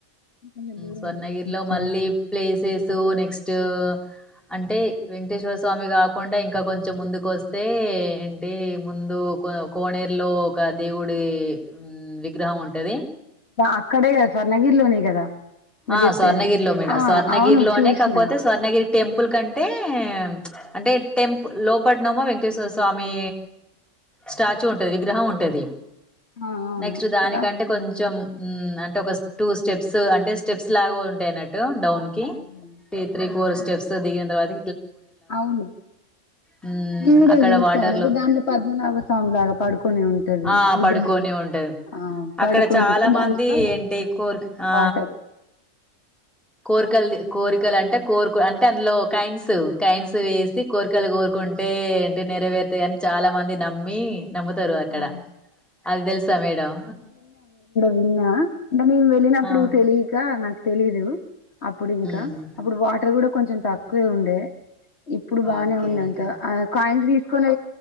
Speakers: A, on the left (about 55°); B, in the centre.
A: కొంచెం దూరం
B: స్వర్ణగిరిలో
A: చూస్తారా
B: మళ్ళీ ప్లేసెస్ సో నెక్స్ట్ అంటే వెంకటేశ్వర స్వామి కాకుండా ఇంకా కొంచెం ముందుకు వస్తే ఏంటి ముందు కోనేరులో ఒక దేవుడి విగ్రహం ఉంటది
A: అక్కడే స్వర్ణగిరిలోనే కదా మీరు
B: ఆ
A: చెప్పేది
B: స్వర్ణగిరిలో మీడ
A: ఆ
B: స్వర్ణగిరిలోనే
A: అవును చూసిన
B: కాకపోతే స్వర్ణగిరి టెంపుల్ కంటే ఏ అంటే టెంపుల్ లోపట్నమో వెంకటేశ్వర స్వామి స్టాచ్యు ఉంటది విగ్రహం ఉంటది
A: ఆ అవును
B: నెక్స్ట్ దానికంటే
A: దా-
B: కొంచెం హ్మ్మ్ అంటే ఒక టూ స్టెప్స్ అంటే స్టెప్స్ లాగా ఉంటాయిన్నటు డౌన్
A: ఆ,
B: కి
A: దాంట్లో దాంట్లోనే
B: ఈ త్రీ ఫోర్ స్టెప్స్ దిగిన తర్వాత
A: అవును
B: హ్మ్,
A: ఇడ
B: అక్కడ
A: చూసాను
B: వాటర్‌లో
A: దంట్లో పద్మనాభ స్వామి లాగా పడుకొని ఉంటుది
B: ఆ!
A: విగ్రహం
B: పడుకొని ఉంటది.
A: ఆ పడుకుంటే
B: అక్కడ చాలా మంది
A: దానిట్లో
B: ఏంటి కోరిక ఆ!
A: వాటర్
B: కోరికలు కోరికలు అంటే కోరికో అంటే అందులో కాయిన్స్ కైన్స్ వేసి కోరికలు కోరుకుంటే హే ఏంటి నేరవే త అని చాలా మంది నమ్మి నమ్ముతారు అక్కడ
A: అవును
B: అది తెలుసా మేడం
A: విన్న మనం వెళ్ళినప్పుడు
B: ఆ!
A: తెలియక నాకి తెలీదు అప్పుడు ఇంకా
B: హ్మ్.
A: అప్పుడు వాటర్ కూడా కొంచెం తక్కువే ఉండే ఇప్పుడు బానే
B: ఓకే.
A: ఉందంట
B: ఓకే.
A: ఆ కాయిన్స్ తీసుకునే